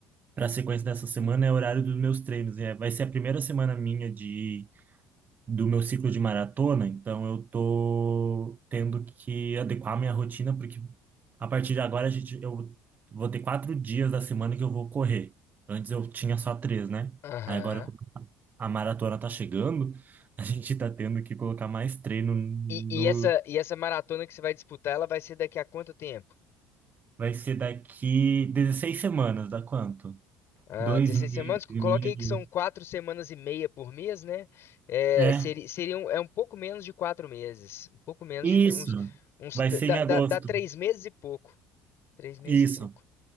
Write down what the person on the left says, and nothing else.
Aham.
E, e essa, e essa maratona que você vai disputar, ela vai ser daqui a quanto tempo?
Ah,
16
semanas? Coloca
aí que são quatro semanas e meia por mês, né? É,
seri- seriam, é um pouco menos de quatro meses. Um pouco menos
de uns, uns
dá,
dá, dá três meses e pouco. Três meses
e pouco.